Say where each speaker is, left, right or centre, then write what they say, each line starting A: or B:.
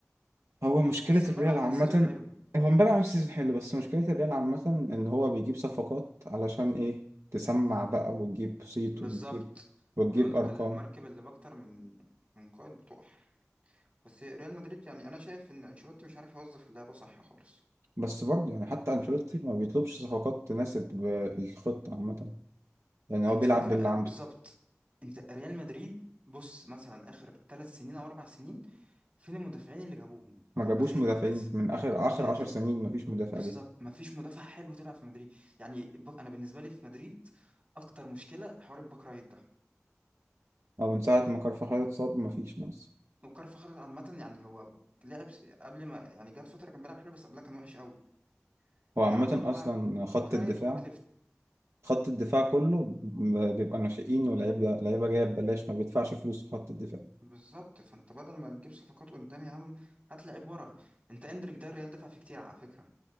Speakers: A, on the right; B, on the right.
A: هو مشكلة
B: بس امبابة
A: الريال
B: عامل
A: عامة
B: سيزون حلو
A: هو امبارح عمل سيزون حلو بس مشكلة الريال عامة إن هو بيجيب صفقات علشان إيه تسمع بقى وتجيب صيت
B: بالظبط
A: وتجيب وتجيب
B: بيقول لك
A: أرقام
B: المركب اللي باكتر من من قائد بتقع بس ريال مدريد يعني انا شايف ان انشيلوتي مش عارف يوظف اللعبه صح خالص
A: بس برضه يعني حتى أنشيلوتي ما بيطلبش صفقات تناسب آه، الخطة عامة يعني هو
B: انت
A: بيلعب
B: فاكر
A: باللي عنده
B: بالظبط انت ريال مدريد بص مثلا اخر ثلاث سنين او اربع سنين فين المدافعين اللي جابوهم
A: ما
B: او
A: جابوش
B: الباكات
A: مدافعين من آخر آخر
B: يعني
A: عشر
B: دي
A: سنين ما فيش مدافع
B: بالظبط
A: جه
B: ما فيش مدافع حلو تلعب في مدريد يعني بق... انا بالنسبه لي في مدريد اكتر مشكله حوار الباك رايت ده
A: أو من ساعة ما كارفاخال اتصاب ما فيش ناس
B: وكارفاخال عامه يعني هو لعب س- قبل ما يعني جات فتره كان بيلعب حلو بس قبلها كان وحش قوي
A: هو
B: انت
A: عامة
B: عندك
A: أصلا
B: ولعب
A: خط
B: باك رايت
A: الدفاع
B: وباك ليفت
A: خط الدفاع كله ب- بيبقى ناشئين ولاعيبة لعيبة جاية ببلاش ما بيدفعش فلوس في خط الدفاع
B: بالظبط فانت بدل ما تجيب صفقات قدام يا عم هات لعيب ورا انت اندريك ده الريال دفع فيه كتير على فكره